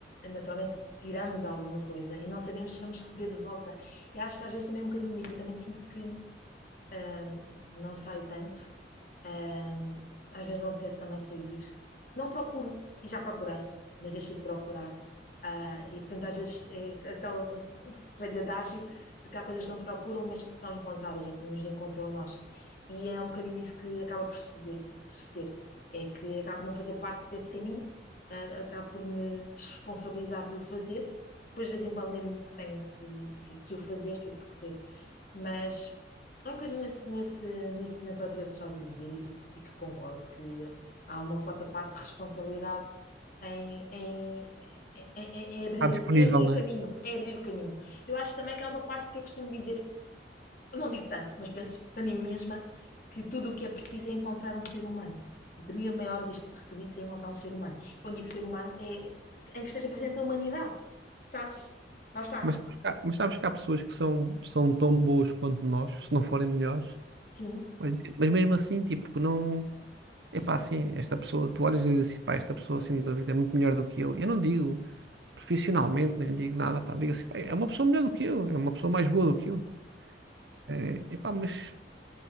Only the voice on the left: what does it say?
naturalmente tiramos alguma coisa e não sabemos se vamos receber de volta. E acho que às vezes também é um bocadinho isso. Eu também sinto que. Ahm, não saio tanto. Ahm, às vezes não apetece também sair. Não procuro, e já procurei, mas deixei de procurar. Ah, e portanto, às vezes é aquele <laughs> velho adágio de que há coisas que não se procuram, mas que são encontradas ou que nos encontram a nós. E é um bocadinho isso que acaba por suceder, suceder. É que acabo por não fazer parte desse caminho, ah, acabo por me desresponsabilizar de o fazer. Depois, de vez em quando, lembro-me que tenho que, que, que o fazer, que o percorrer. Mas. É um bocadinho nesse, nesse, nisso- nessa ótica que tu estás a dizer e, e que concordo que há uma cota parte de responsabilidade em, em, em, em- em abrir,
em abrir
o caminho, em abrir o caminho. Eu acho também que há uma parte que eu costumo dizer, não digo tanto, mas penso para mim mesma, que tudo o que é preciso é encontrar um ser humano. Portanto, a minha maior lista de requisitos é encontrar um ser humano. Quando digo ser humano, é em que esteja presente a humanidade, sabes? Lá está.
Sim.